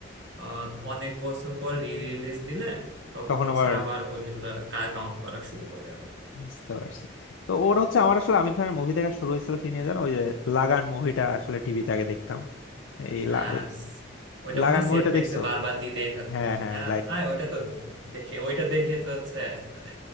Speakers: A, on the right (about 70°); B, on the left (about 85°).
A: আহ, অনেক বছর পর রি রিলিজ দিলে তখন
B: তখন
A: হচ্ছে
B: আবার
A: আবার ওইগুলা কাউন্ট করা শুরু করে আবার
B: বুঝতে পারছি তো ওর হচ্ছে আমার আসলে আমির খানের মুভি দেখা শুরু হয়েছিল কি নিয়ে জানো ওই যে লাগান মুভিটা আসলে টিভিতে আগে দেখতাম এই
A: হ্যাঁ
B: লা-
A: স- ওইটা
B: লাগান
A: মানে
B: মুভিটা
A: সেট ম্যাক্সে
B: দেখছো
A: বারবার দিতেই থাকতো
B: হ্যাঁ হ্যাঁ
A: হ্যাঁ
B: লাইট
A: আয় ওইটা তো দেখে ওইটা দেখে তো হচ্ছে মানে